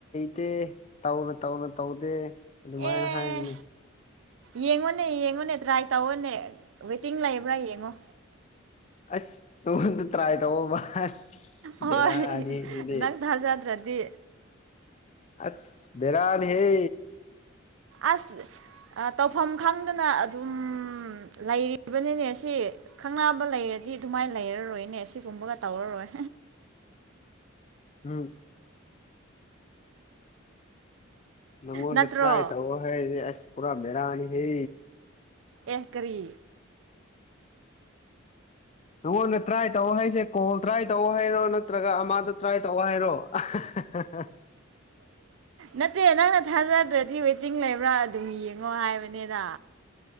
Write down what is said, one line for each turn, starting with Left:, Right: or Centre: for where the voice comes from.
Left: ꯅꯠꯇꯦ ꯇꯧꯅ ꯇꯧꯅ ꯇꯧꯗꯦ ꯑꯗꯨꯃꯥꯏꯅ
Right: ꯑꯦ
Left: ꯍꯥꯏꯕꯅꯤ
Right: ꯌꯦꯡꯉꯣꯅꯦ ꯌꯦꯡꯉꯣꯅꯦ ꯇ꯭ꯔꯥꯏ ꯇꯧꯑꯣꯅꯦ ꯋꯦꯇꯤꯡ ꯂꯩꯕ꯭ꯔꯥ ꯌꯦꯡꯉꯣ
Left: ꯑꯁ ꯇꯧꯍꯜꯂꯣ ꯇ꯭ꯔꯥꯏ ꯇꯧꯋꯣꯕ ꯑꯁ
Right: ꯍꯣꯏ
Left: ꯕꯦꯔꯥꯅꯤꯁꯤꯗꯤ
Right: ꯅꯪ ꯊꯥꯖꯗ꯭ꯔꯗꯤ
Left: ꯑꯁ ꯕꯦꯔꯥꯅꯤ ꯍꯦ
Right: ꯑꯁ ꯇꯧꯐꯝ ꯈꯪꯗꯅ ꯑꯗꯨꯝ ꯂꯩꯔꯤꯕꯅꯤꯅꯦ ꯑꯁꯤ ꯈꯪꯅꯕ ꯂꯩꯔꯗꯤ ꯑꯗꯨꯃꯥꯏꯅ ꯂꯩꯔꯔꯣꯏꯅꯦ ꯁꯤꯒꯨꯝꯕꯒ ꯇꯧꯔꯔꯣꯏ
Left: ꯎꯝ ꯅꯪꯉꯣꯟꯗ
Right: ꯅꯠꯇ꯭ꯔꯣ
Left: ꯇ꯭ꯔꯥꯏ ꯇꯧꯋꯣ ꯍꯥꯏꯔꯗꯤ ꯑꯁ ꯄꯨꯔꯥ ꯕꯦꯔꯥꯅꯤꯍꯦ
Right: ꯑꯦ ꯀꯔꯤ
Left: ꯅꯉꯣꯟꯗ ꯇ꯭ꯔꯥꯏ ꯇꯧ ꯍꯥꯏꯁꯦ ꯀꯣꯜ ꯇ꯭ꯔꯥꯏ ꯇꯧ ꯍꯥꯏꯔꯣ ꯅꯠꯇ꯭ꯔꯒ ꯑꯃꯗꯣ ꯇ꯭ꯔꯥꯏ ꯇꯧ ꯍꯥꯏꯔꯣ ꯍꯥꯍꯥ
Right: ꯅꯠꯇꯦ ꯅꯪꯅ ꯊꯥꯖꯗ꯭ꯔꯗꯤ ꯋꯦꯇꯤꯡ ꯂꯩꯕ꯭ꯔꯥ ꯑꯗꯨꯝ ꯌꯦꯡꯉꯣ ꯍꯥꯏꯕꯅꯤꯗ